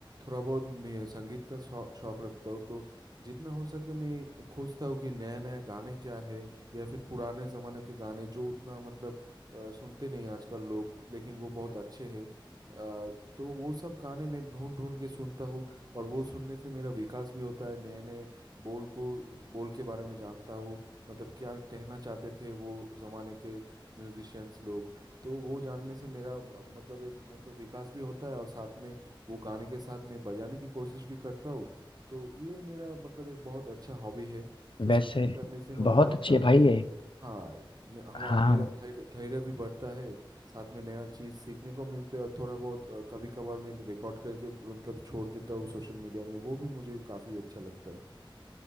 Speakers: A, on the right; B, on the left.
A: थोड़ा बहुत मैं संगीत का शौ, शौक रखता हूँ तो जितना हो सके मैं खोजता हूँ कि नया नया गाने क्या है या फिर पुराने ज़माने के गाने जो उतना मतलब अ, सुनते नहीं आजकल लोग लेकिन वो बहुत अच्छे हैं अ, तो वो सब गाने मैं ढूंढ ढूंढ के सुनता हूँ और वो सुनने से मेरा विकास भी होता है नए नए बोल को बोल के बारे में जानता हूँ मतलब क्या कहना चाहते थे वो ज़माने के म्यूजिशियंस लोग तो वो जानने से मेरा अ, मतलब एक मतलब विकास भी होता है और साथ में वो गाने के साथ में बजाने की कोशिश भी करता हूँ तो ये मेरा मतलब एक बहुत अच्छा हॉबी है तो
B: वैसे
A: संगीत करने से मतलब
B: बहुत
A: आपका
B: अच्छी है भाई ये
A: हाँ मे- हम
B: हाँ
A: मेरा धैर्य धैर्य भी बढ़ता है साथ में नया चीज़ सीखने को मिलता है और थोड़ा बहुत अ, कभी कभार मैं रिकॉर्ड करके मतलब छोड़ देता हूँ सोशल मीडिया में वो भी मुझे काफ़ी अच्छा लगता है